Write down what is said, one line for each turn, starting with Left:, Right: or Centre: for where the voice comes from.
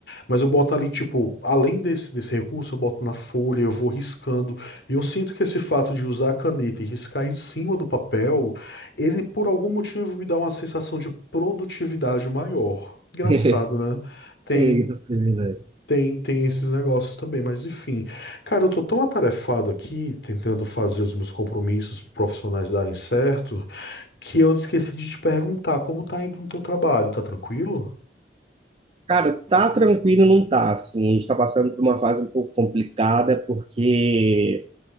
Left: Mas eu boto ali, tipo, além desse, desse recurso, eu boto na folha, eu vou riscando. E eu sinto que esse fato de usar a caneta e riscar em cima do papel, ele por algum motivo me dá uma sensação de produtividade maior. Engraçado,
Right: <laughs>
Left: né? Tem,
Right: É, nossa, é verdade.
Left: tem, tem esses negócios também, mas enfim. Cara, eu tô tão atarefado aqui, tentando fazer os meus compromissos profissionais darem certo, que eu esqueci de te perguntar como tá indo no teu trabalho, tá tranquilo?
Right: Cara, tá tranquilo, não tá, assim. A gente tá passando por uma fase um pouco complicada, porque